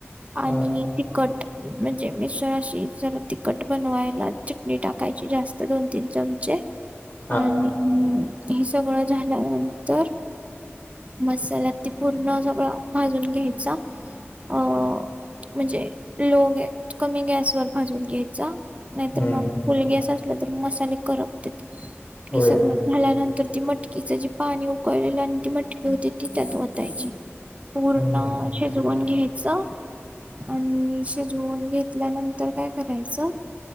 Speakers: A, on the right; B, on the left.
A: आणि
B: हा
A: तिखट म्हणजे मिसळ अशी जरा तिखट बनवायला चटणी टाकायची जास्त दोन तीन चमचे.
B: <inaudible>
A: आणि हे सगळं झाल्यानंतर मसाल्यात त पूर्ण सगळं भाजून घ्यायचा. अ म्हणजे लो गॅ कमी गॅस वर भाजून घ्यायचा. नाहीतर
B: हम्म
A: मग फुलगॅस असला तर मसाले करपतेेत, हे
B: होय
A: सगळं झाल्यानंतर ती मटकीच जे पाणी उकळलेलं आणि ती मटकी होती ती त्यात वतायची. पूर्ण
B: हम्म
A: शिजवून घ्यायचं आणि शिजवून घेतल्यानंतर काय करायचं?